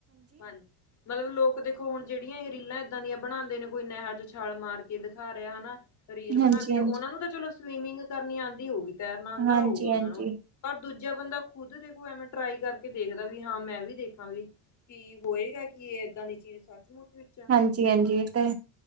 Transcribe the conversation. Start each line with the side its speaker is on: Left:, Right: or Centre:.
Left: ਹਾਂਜੀ ਮਤਲਬ ਲੋਕ ਦੇਖੋ ਹੁਣ ਜਿਹੜੀਆਂ ਇਹ ਰੀਲਾਂ ਇੱਦਾਂ ਦੀਆਂ ਬਣਾਉਂਦੇ ਨੇ ਕੋਈ ਨਹਿਰ ਚ ਛਾਲ ਮਾਰ ਕੇ ਦਿਖਾ ਰਿਹਾ ਹਨਾ ਰੀਲ ਬਣਾਉਂਦੇ
Right: ਹਾਂਜੀ ਹਾਂਜੀ
Left: ਹੋ ਉਹਨਾਂ ਨੂੰ ਤਾਂ ਚਲੋ ਸਵੀਮਿੰਗ ਕਰਨੀ ਆਉਂਦੀ ਹੋਊਗੀ ਤੈਰਨਾ ਆਉਂਦਾ
Right: ਹਾਂਜੀ
Left: ਹੋਊਗਾ ਉਹਨਾਂ
Right: ਹਾਂਜੀ
Left: ਨੂੰ ਪਰ ਦੂਜਾ ਬੰਦਾ ਖੁਦ ਦੇਖੋ ਐਵੇਂ ਟਰਾਈ ਕਰਕੇ ਦੇਖਦਾ ਵੀ ਹਾਂ ਮੈਂ ਵੀ ਦੇਖਾਂ ਵੀ ਕੀ ਹੋਏਗਾ ਕਿ ਏਦਾਂ ਦੀ ਚੀਜ਼ ਸੱਚਮੁੱਚ ਵਿੱਚ ਆ
Right: ਹਾਂਜੀ ਹਾਂਜੀ ਤੇ